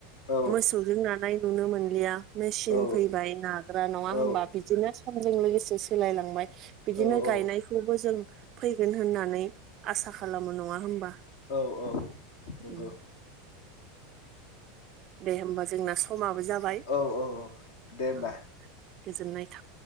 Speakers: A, on the left; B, on the right.
A: औ
B: मोसौजों नानाय नुनो मोनलिया मेचिन
A: औ
B: फैबाय नाग्रा नङा
A: औ
B: होमबा बिदिनो समजों लोगोसे सोलायलांबाय बिदिनो
A: औ
B: गायनायखौबो जों फैगोन होननानै आसा खालामो नङा होमबा
A: औ औ नंगौ
B: उम दे होमबा जोंना समाबो जाबाय
A: औ औ औ दे होमबा
B: औ गोजोननाय था